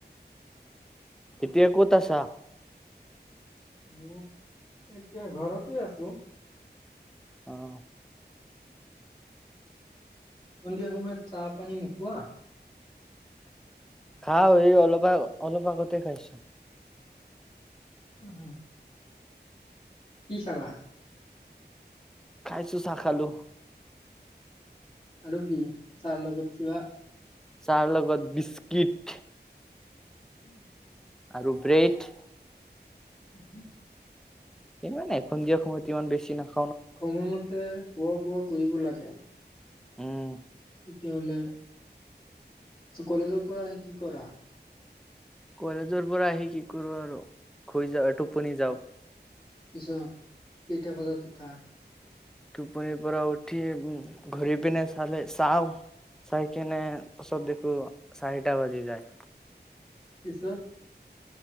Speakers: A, in the centre; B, on the left (about 35°).
A: এতিয়া ক'ত আছা
B: মই এতিয়া ঘৰতে আছো
A: অ',
B: সন্ধিয়া সময়ত চাহ পানী নোখোৱা
A: খাও অলপ অলপ আগতে খাইছো
B: উম কি খেলা
A: খাইছো চাহ খালো
B: আৰু কি চাহৰ লগত কিবা
A: চাহৰ লগত বিস্কিট
B: উম
A: আৰু ব্ৰেড
B: উ <unintelligible>
A: ইমান এসন্ধিয়া সময়ত ইমান বেছি নেখাও
B: সময়মতে খোৱা বোৱা কৰিব লাগে
A: উম।
B: তেতিয়াহ'লে কলেজৰ পৰা আহি কি কৰা?
A: কলেজৰ পৰা আহি কি কৰোঁ আৰু ঘ যা টোপনি যাওঁ।
B: পিছত কেইটা বজাত উঠা?
A: টোপনিৰ পৰা উঠি উ ঘূৰি পিনে চালে চাওঁ চাই কিনে পাছত দেখো চাৰিটা বাজি যায়
B: পিছত